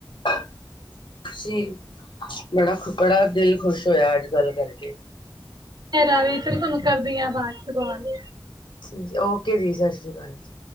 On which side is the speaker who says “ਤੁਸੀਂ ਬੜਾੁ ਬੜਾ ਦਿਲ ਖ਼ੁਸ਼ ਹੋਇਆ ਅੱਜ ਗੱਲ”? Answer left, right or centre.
Left